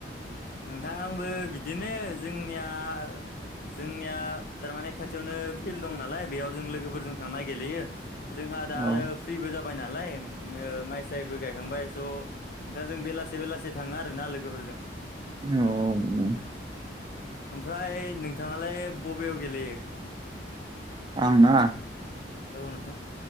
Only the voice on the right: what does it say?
औ
औ।
आं ना